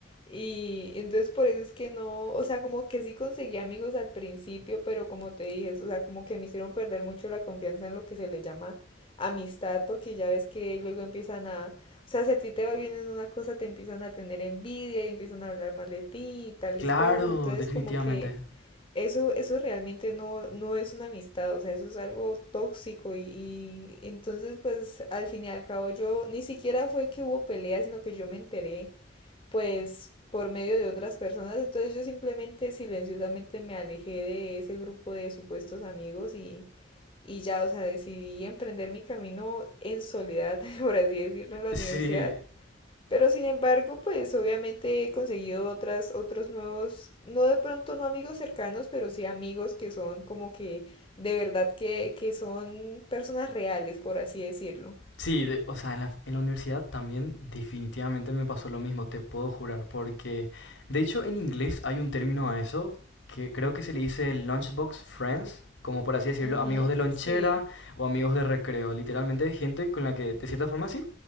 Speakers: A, on the left; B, on the left.
A: y entonces por eso es que no, o sea, como que sí conseguí amigos al principio, pero como te dije, o sea, como que me hicieron perder mucho la confianza en lo que se le llama amistad, porque ya ves que luego empiezan a, o sea, si a ti te va bien en una cosa, te empiezan a tener envidia y empiezan a hablar mal de ti y tales
B: Claro,
A: cosas, entonces
B: definitivamente.
A: como que... Eso, eso realmente no, no es una amistad, o sea, eso es algo tóxico y, y entonces pues al fin y al cabo yo ni siquiera fue que hubo peleas, sino que yo me enteré pues por medio de otras personas, entonces yo simplemente silenciosamente me alejé de ese grupo de supuestos amigos y, y ya, o sea, decidí emprender mi camino en soledad, <laughs> por así decirlo, en la
B: Sí,
A: universidad pero sin embargo, pues obviamente he conseguido otras, otros nuevos, no de pronto no amigos cercanos, pero sí amigos que son como que de verdad que, que son personas reales, por así decirlo.
B: Sí, de- o sea, en la, en la universidad también definitivamente me pasó lo mismo, te puedo jurar, porque de hecho en inglés hay un término a eso que creo que se le dice lunchbox friends, como por así decirlo,
A: Ujú,
B: amigos de lonchera
A: sí,
B: o amigos de recreo, literalmente gente con la que de cierta forma sí